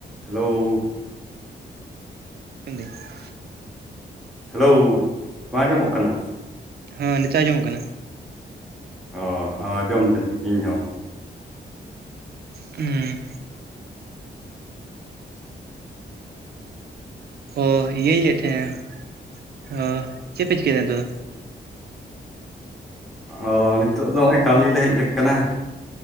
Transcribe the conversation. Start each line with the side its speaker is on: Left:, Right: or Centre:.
Centre: Hello
Right: <unintelligible>
Centre: hello ᱵᱟᱝ ᱟᱸᱡᱚᱢᱚᱜ ᱠᱟᱱᱟ
Right: ᱦᱮᱸ ᱱᱮᱛᱚᱜ ᱟᱸᱢᱚᱜ ᱠᱟᱱᱟ
Centre: ᱚ ᱡᱚᱢᱫᱟᱹᱧ ᱤᱧᱦᱚᱸ
Right: ᱦᱮᱸ ᱚᱻ ᱤᱭᱟᱹᱧ ᱞᱟᱹᱭᱮᱫ ᱛᱟᱦᱮᱸᱱᱟ ᱚ ᱪᱮᱫ ᱯᱮ ᱪᱤᱠᱟᱹᱭᱮᱫ ᱛᱚ
Centre: ᱚ ᱱᱤᱛᱚᱜ ᱫᱚ ᱜᱮ ᱠᱟᱹᱢᱤᱞᱮ ᱦᱮᱡ ᱟᱠᱟᱱᱟ